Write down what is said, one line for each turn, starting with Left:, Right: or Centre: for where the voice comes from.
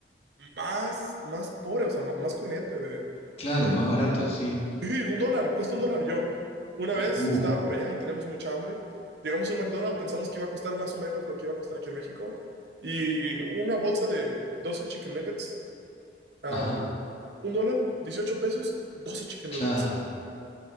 Right: más, más pobre, o sea, ma- más corriente de...
Left: Claro, más barato, sí.
Right: Sí, un dólar, cuesta un dólar. Yo una vez
Left: Uh,
Right: estaba por allá y teníamos mucha hambre. Llegamos a un McDonald's, pensamos que iba a costar más o menos lo que iba a costar aquí en México. Y una bolsa de 12 chicken nuggets, am,
Left: ajá.
Right: un dólar, 18 pesos, 12 chicken
Left: Claro,
Right: nuggets.